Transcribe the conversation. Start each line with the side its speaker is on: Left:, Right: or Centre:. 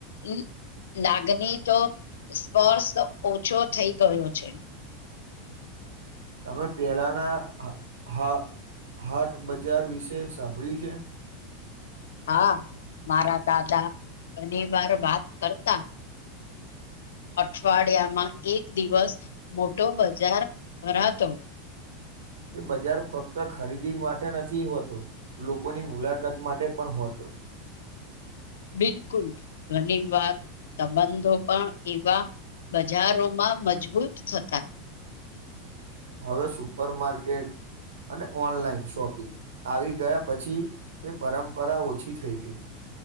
Left: હું લાગની તો સ્પર્શ ઓછો થઈ ગયો છે
Right: તમે પેલાના હ હાટ બજાર વિશે સાંભળ્યું છે
Left: હા મારા દાદા ઘણી વાર વાત કરતા અઠવાડિયામાં એક દિવસ મોટો બજાર ભરાતો
Right: તે બજાર ફક્ત ખરીદી માટે નથી હોતો લોકોની મુલાકાત માટે પણ હોતો હ
Left: બિલકુલ ઘણી વાર સંબંધો પણ એવા બજારોમાં મજબૂત થતા
Right: હવે સુપર માર્કેટ અને ઓનલાઈન શોપિંગ આવી ગયા પછી એ પરંપરા ઓછી થઈ ગઈ